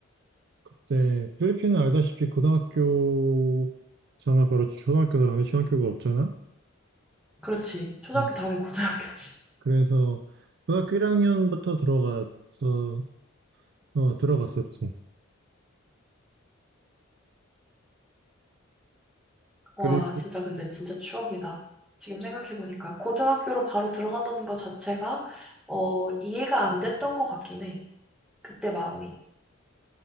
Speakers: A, on the right; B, in the centre.
A: 그때 필리핀은 알다시피 고등학교잖아 바로 초등학교 다음에 중학교가 없잖아.
B: 그렇지. 초등학교
A: 어,
B: 다음에 고등학교지.
A: 그래서 고등학교 1학년부터 들어가서 어, 들어갔었지.
B: 와,
A: 그리고
B: 진짜 근데 진짜 추억이다. 지금 생각해보니까 고등학교로 바로 들어간다는 것 자체가 어, 이해가 안 됐던 것 같긴 해. 그때 마음이.